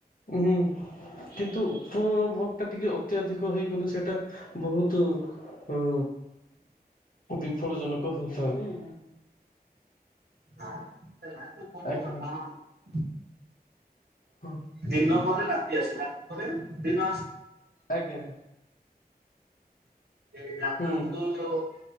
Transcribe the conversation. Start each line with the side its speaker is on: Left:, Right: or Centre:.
Left: ହୁଁ। କିନ୍ତୁ ଉପଭୋଗ ଟା ଟିକେ ଅତ୍ୟାଧିକ ହେଇଗଲେ ସେଇଟା ବହୁତ ହୁଁ। ବିଫଳଜନକ ହେଉଥାଏ।
Right: ହଁ <unintelligible> ସେ।
Left: ଆଜ୍ଞା
Right: <unintelligible>
Left: ହଁ।
Right: ଦିନ ପରେ ରାତି ଆସେ ରାତି ପରେ ଦିନ ଆସେ।
Left: ଆଜ୍ଞା।
Right: <unintelligible> ଆପଣୁ।
Left: ହୁଁ
Right: <unintelligible>